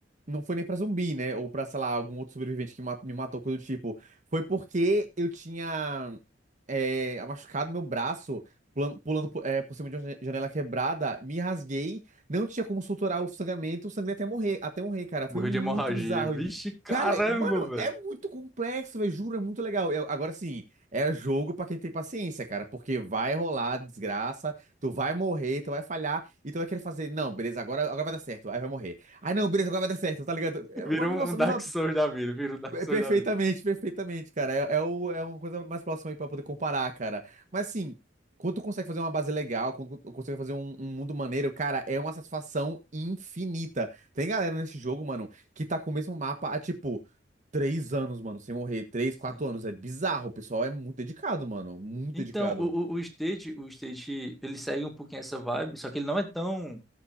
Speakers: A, on the right (about 40°); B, in the centre.
A: não foi nem pra zumbi, né? Ou pra, sei lá, algum outro sobrevivente que ma- me matou, coisa do tipo. Foi porque eu tinha é, machucado meu braço pulan- pulando, po- é, por cima de uma jane- janela quebrada, me rasguei, não tinha como suturar o sangramento, eu sangrei até morrer, até morrer, cara. Foi
B: Morreu
A: muito
B: de hemorragia.
A: bizarro.
B: Vixe,
A: E,
B: caramba,
A: Cara, mano,
B: velho.
A: é muito complexo, velho, juro, é muito legal. Eu- agora sim, é jogo pra quem tem paciência, cara, porque vai rolar desgraça, tu vai morrer, tu vai falhar, e tu vai querer fazer, não, beleza, agora, agora vai dar certo, aí vai morrer. Ah, não, beleza, agora vai dar certo, tá ligado? É,
B: Virou
A: mas, nossa,
B: um Dark
A: mas ó,
B: Souls da vida. Virou um Dark
A: é
B: Souls
A: perfeitamente,
B: da
A: perfeitamente, cara. É, é, o, é uma coisa mais próxima aí pra poder comparar, cara. Mas assim, quando tu consegue fazer uma base legal, quando tu consegue fazer um, um mundo maneiro, cara, é uma satisfação infinita. Tem galera nesse jogo, mano, que tá com o mesmo mapa há, tipo, três anos, mano, sem morrer. Três, quatro
B: vida.
A: anos. É bizarro, o pessoal é muito dedicado, mano. Muito
B: Então,
A: dedicado.
B: o, o, o State, o State, ele segue um pouquinho essa vibe, só que ele não é tão,